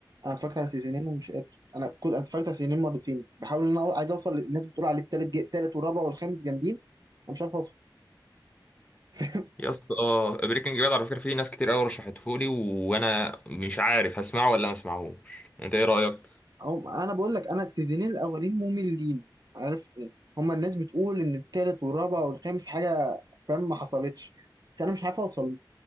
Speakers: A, on the right (about 55°); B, on the left (about 15°).
A: انا اتفرجت على سيزونين ومش قادر انا كل انا اتفرجت على سيزونين مرتين بحاول ان انا عايز اوصل للناس بتقول عليه التالت جي... التالت والرابع والخامس جامدين انا مش عارف اوصل <laughs>
B: يا اسطى اه بريكنج باد على فكرة فيه ناس كتير قوي رشحتهولي وأنا مش عارف هسمعه ولا ما اسمعهوش أنت إيه رأيك؟
A: أو... انا بقول لك انا السيزونين الاولين مملين عارف يعني هما الناس بتقول ان التالت والرابع والخامس حاجه فاهم ما حصلتش بس انا مش عارف اوصل